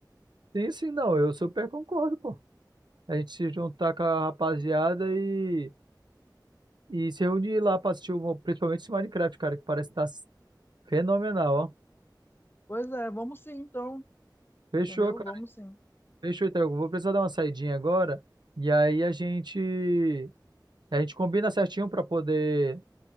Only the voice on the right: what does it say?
Sim, sim, não. Eu super concordo, pô. A gente se juntar com a rapaziada e, e se reunir lá pra assistir, o, principalmente esse Minecraft, cara, que parece que tá fenomenal, ó.
Fechou,
cara.
Fechou, então. Eu vou precisar dar uma saidinha agora. E aí a gente. A gente combina certinho pra poder